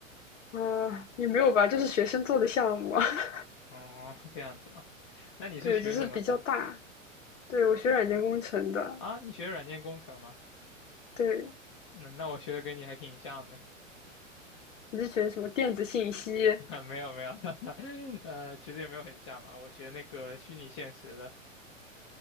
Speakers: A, on the left (about 70°); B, on the left (about 25°).
A: 嗯、也没有吧，就是学生做的项目啊，<laughs>
B: 哦，<laughs> 这样子嘛。那你是学什么的
A: 对，只是比较大。对，我学软件工程的，
B: 啊？你学软件工程吗？
A: 对，
B: 嗯，那我学的跟你还挺像的。
A: 你是学什么电子信息？
B: <laughs> 啊，没有没有，<laughs> 呃，其实也没有很像吧。我学那个虚拟现实的，